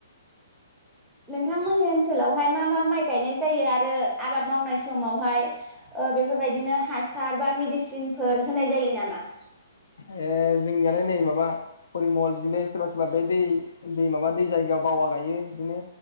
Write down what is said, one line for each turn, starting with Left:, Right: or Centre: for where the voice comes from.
Centre: नोंथांमोननि ओनसोलावहाय मा मा माइ गायनाय जायो आरो आबाद मावनाय समावहाय ओ बेफोरबायदिनो हासार बा मिडिसिनफोर होनाय जायो नामा?
Left: ए जोंनियालाय नै माबा फरिमल बिदिनो सोरबा सोरबा बे दै दै माबा दै जायगायाव बावा गायो बिदिनो